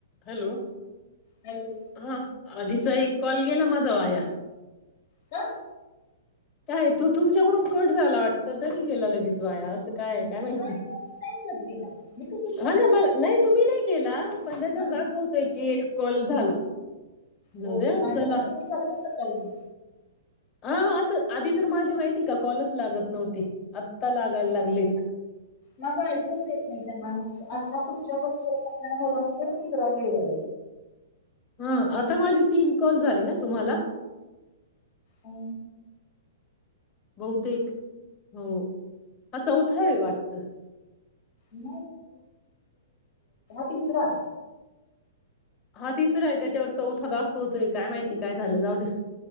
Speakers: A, on the left; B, on the left.
A: हॅलो
B: हॅलो
A: हा आधीचा एक कॉल गेला माझा वाया.
B: का
A: काय तो तुमच्याकडून कट झाला वाटत तरी गेला लगेच वाया असं. काय काय माहिती
B: नाही नाही कट केला मी कशाला
A: हा
B: कट
A: ना
B: करेन
A: मला नाही तुम्ही नाही केला. पण त्याच्यावर
B: हा
A: दाखवतोय की एक कॉल झाला. जाऊ
B: हो
A: द्या
B: माझं
A: चला
B: तर कस झारला सकाळी.
A: हा असं आधी तर माझी माहिती का कॉलच लागत नव्हती आत्ता लागायला लागलीत.
B: मग ऐकूच येत नाही त्यांना मग आता तुमच्याकडून ज घरानंतर मी जरा वेळ.
A: हा आता माझे तीन कॉल झाले ना तुम्हाला.
B: हो.
A: बहुतेक हो हा चौथा आहे वाटतं.
B: न तसरा
A: हा तिसरा आहे त्याच्यावर चौथा दाखवतोय काय माहिती काय झालं जाऊद्या